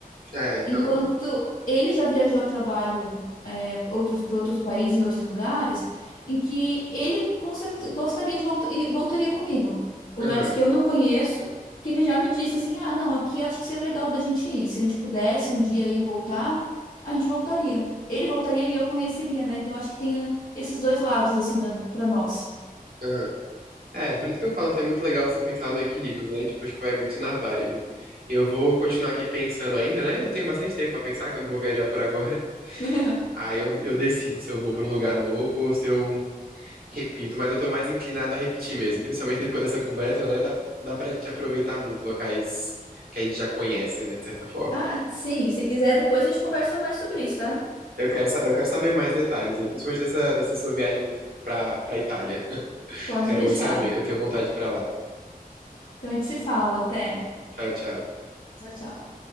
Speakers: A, on the right; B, on the left.
A: É, então.
B: Enquanto ele já viajou a trabalho é, outros para outros países e outros lugares, em que ele com certe- gostaria de voltar e voltaria comigo. Lugares
A: Aham,
B: que eu não conheço, que ele já me disse assim: ah, não, aqui acho que seria legal da gente ir. Se a gente pudesse um dia ir e voltar, a gente voltaria. Ele voltaria e eu conheceria, né? Então acho que tem ah, esses dois lados, assim, para nós.
A: aham. É, por isso que eu falo assim, é muito legal você pensar no equilíbrio, né? Tipo, acho que vai muito na vibe. Eu vou continuar aqui pensando ainda, né? Eu tenho bastante tempo pra pensar, que eu não vou viajar por agora. <laughs>
B: <laughs>
A: Aí eu, eu decido se eu vou pra um lugar novo ou se eu Repito, mas eu tô mais inclinado a repetir mesmo, principalmente depois dessa conversa, né? Dá, dá pra gente aproveitar muito locais que a gente já conhece, né, de certa forma.
B: Ah, sim, se quiser, depois a gente conversa mais sobre isso, tá?
A: Eu quero, sa- eu quero saber mais detalhes aí, principalmente dessa, dessa sua viagem pra, pra Itália. <laughs>
B: Pode
A: Quero
B: deixar.
A: muito saber, que eu tenho vontade de ir pra lá.
B: Então a gente se fala. Até.
A: Tchau, tchau.
B: Tchau, tchau.